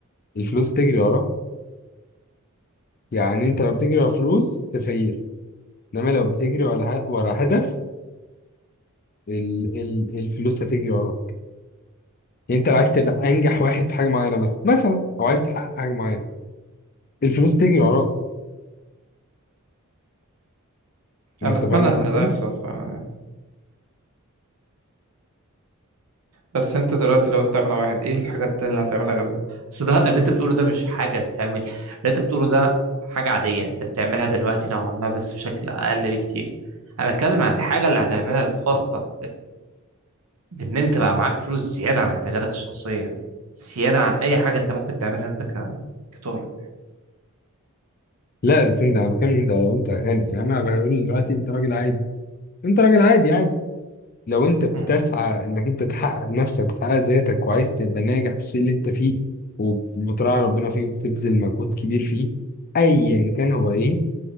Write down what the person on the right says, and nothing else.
انا اتمنى
ان
ده يحصل فأنا... بس انت دلوقتي لو انت اغنى واحد ايه الحاجات التانية اللي هتعملها غير ده بس ده اللي انت بتقوله ده مش حاجه تتعمل اللي انت بتقوله ده حاجه عاديه انت بتعملها دلوقتي نوعا ما بس بشكل اقل بكتير انا بتكلم عن الحاجه اللي هتعملها الفارقه بإن أنت بقى معاك فلوس زيادة عن احتياجاتك الشخصية زيادة عن أي حاجة أنت ممكن تعملها أنت ك... كطارئ
مم.